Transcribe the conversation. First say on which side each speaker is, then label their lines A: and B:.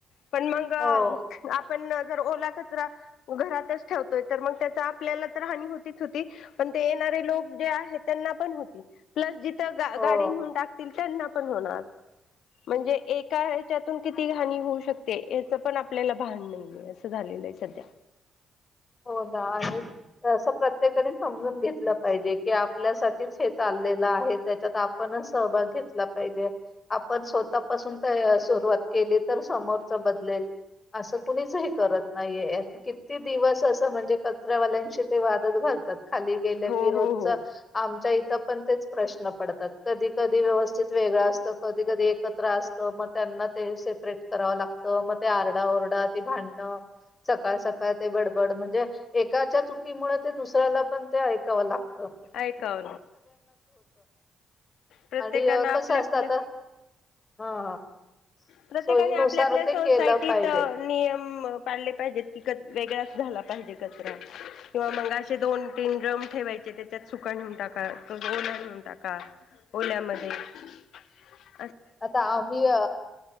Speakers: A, on the left; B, on the left.
A: पण मग आप
B: हो
A: पण जर ओला कचरा घरातच ठेवतोय तर मग त्याचा आपल्याला तर हानी होतीच होती पण ते येणारे लोक जे आहेत त्यांना पण होती. प्लस जि थं गा
B: हो
A: गाडी नेऊन टाकतील त्यांना पण होणार म्हणजे एका ह्याच्यातून किती हानी होऊ शकते? याच पण आपल्याला भान नाही आहे असं झालेलं आहे सध्या.
B: हो ना आणि असं प्रत्येकाने समजून घेतलं पाहिजे की आपल्यासाठीच हे चाललेलं आहे, त्याच्यात आपणच सहभाग घेतला पाहिजे आपण स्वतःपासून तय सुरुवात केली तर समोरचा बदलेल असं कुणीच हे करत नाहीये असं किती दिवस तसं म्हणजे कचऱ्यावाल्यांशी ते वादच घाल तात खाली गेल्या
A: हो
B: की रोजचं
A: हो हो
B: आमच्या इथं पण तेच प्रश्न पडतात. कधी कधी व्यवस्थित वेगळं असतं कधी कधी एकत्र असतं, मग त्यांना ते सेपरेट करावं लागतं मग ते आरडाओरडा ते भांडणं सकाळ सकाळ ते बड बड म्हणजे एकाच्या चुकीमुळे ते दुसऱ्याला पण ते ऐकावं लाग
A: ऐकाव प्रत्येकान
B: आणि
A: आपल्या
B: कसं असतं
A: आपल्या
B: आता हा
A: प्रत्येकाने
B: सोयीनुसार
A: आपल्या आपल्या
B: ते
A: सोसायटीत
B: केलं पाहिजे.
A: नियम पाडले पाहिजेत कि कच वेगळा झाला पाहिजे कचरा किंवा मग असे दोन तीन ड्रम ठेवायचे. त्याच्यात सुका नेऊन टाका मग ओला नेऊ. टाका ओल्या मध् <unintelligible>
B: आता आम्ही अ